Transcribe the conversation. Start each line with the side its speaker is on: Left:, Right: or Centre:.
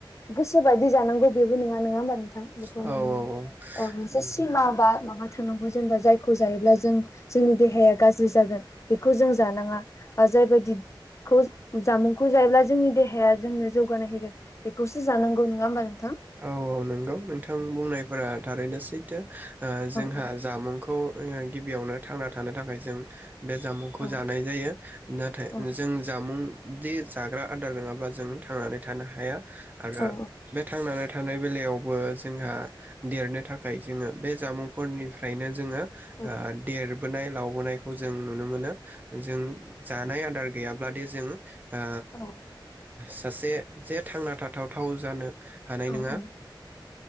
Left: गोसो बायदि जानांगो बेबो नङा नङा होमबा <unintelligible> बेखौ
Right: औ
Left: माने
Right: औ
Left: मोनसे
Right: औ
Left: सिमा बा माबा <unintelligible> जेनेबा जायखौ जायोब्ला जों जोंनि देहाया गाज्रि जागोन बेखौ जों जानाङा बा जायबायदिखौ जामुंखौ जायोब्ला जोंनि देहाया जोंनो जौगानाय होगोन बेखौसो जानांगौ नङा होमबा नों
Right: औ औ नंगौ नोंथां बुंनायफोरा थारैनो सैथो जोंहा
Left: औ
Right: जामुंखौ गिबियावनो थांना थानो थाखाय जों बे जामुंखौ
Left: औ
Right: जानाय जायो नाथाय
Left: औ
Right: जों जामुं दि जाग्रा आदार नङाबा जों थांनानै थानो हाया आरो
Left: औ
Right: बे थानाय बेलायावबो जोंहा देरनो थाखाय जोङो बे जामुंफोरनिफ्रायनो जोङो ओ
Left: औ
Right: देर <unintelligible> लावबोनायखौ जों नुनो मोनो जों जानाय आदार गैयाब्लादि जोंङो ओ
Left: औ
Right: सासे जे थांना थाथावथाव जानो हानाय
Left: औ
Right: नङा
Left: औ